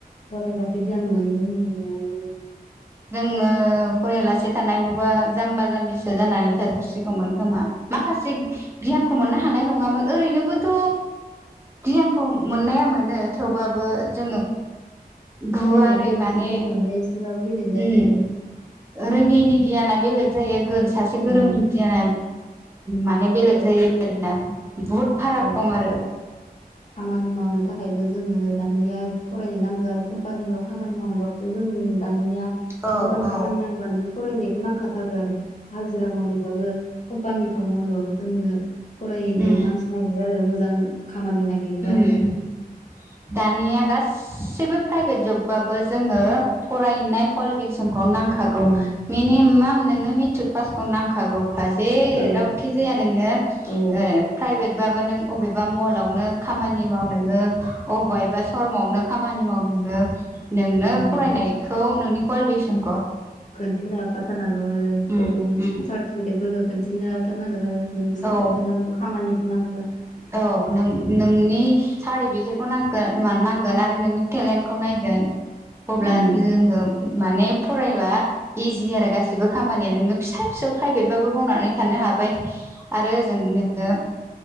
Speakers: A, on the left; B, on the right.
A: गरायबादि गियान <unintelligible>
B: जोङो फरायलासे थानाय गौबा जाम्बा जाम्बि सो फसो जानानै थाजोबसिगौमोन खोमा माखासे गियानखौ मोननो हानाय नङामोन ओरैनोबोथ' गियानखौ मोननाया मोनो थेवबाबो जोङो गुवारै
A: फरायनायनिफ्राय
B: माने
A: गियान मोननाया एसेबाबो बेलेग जायो
B: उम
A: आरो
B: रोङिनि गियाना बेलेग जायो गोर सासे
A: उम
B: गोरोंनि गियाना माने बेलेग
A: औ
B: जायो आरोना बहुद फाराग
A: औ
B: दं आरो।
A: खामानि मावनो थाखायबो जोङो दानिया फरायनाय नांगो आरो कम्पानिफोराव खामानि मावनोबाबोथ' जों दानिया
B: औ
A: मोजां खामानि नांगौबा नों फराय फरायनायखौ नांखाथारगो आरो हाजिरा मावनोबाबो कम्पानिफोराव मावनोबाबो जोंनो फरायनाय
B: उम
A: मानसि नागिरो आरो मोजां खामानि नागिरोबा
B: उम
A: आरो नों
B: दानिया गासिबो प्राइभेट जबबाबो जोङो फरायनाय कुवालिफिकेसनखौ नांखागौ
A: उम,
B: मिनिमा नोनो मेट्रिक पासखौ नांखागौखा जेरावखि
A: औ
B: जाया नों
A: औ
B: ओ प्राइभेट बाबो नों अबेबा मलावनो खामानि माव नोङो अबेबा एबा सरमावनो खामानि माव नोङो नोंनो
A: उम
B: फरायनायखौ नोंनि कुवालिफिकेसन
A: खिन्थिनो हाखाथारनांगौ आरो
B: उम
A: डकुमेन्ट
B: उम
A: सार्टिफिकेटफोरखौ खिन्थिनो हाथारनांगोन आरो। नों साख्रिखो
B: औ
A: नांगौबा खामानिखौ नांगौबा।
B: औ नों
A: ओम
B: नोंनि सा केटखौ नांगोन मा नांगोन आरो नोंनि टेलेन्टखौ नायगोन अब्ला
A: ओं
B: जोङो माने फरायबा इजि आरो गासिबो खामानिया नोङो फिसा-फिसौ प्राइभेटबाबो मावनानै थानो हाबाय। आरो जों नोंनो